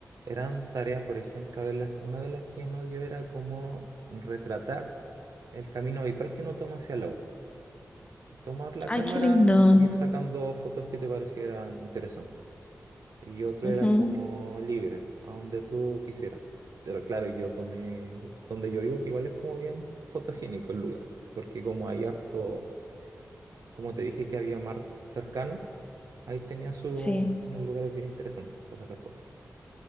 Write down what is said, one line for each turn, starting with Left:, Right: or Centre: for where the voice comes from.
Right: eran tareas, por ejemplo, a ver, las- una de las que nos dio era como retratar el camino habitual que uno toma hacia la U. Tomar la
Left: Ay,
Right: cámara
Left: qué lindo.
Right: e ir sacando fotos que te parecieran interesantes. y otro
Left: Ujú,
Right: era como libre, a donde tú quisieras. Pero claro, yo tomé donde yo vivo, que igual es como bien fotogénico el lugar, porque como hay harto, como te dije que había mar cercano, ahí tenía su,
Left: sí.
Right: unos lugares bien interesantes para sacar fotos.